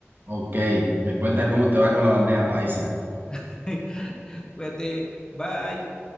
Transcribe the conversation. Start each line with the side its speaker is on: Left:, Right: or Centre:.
Right: Ok, me cuentas cómo te va con la bandeja paisa.
Left: <laughs> Cuídate, bye.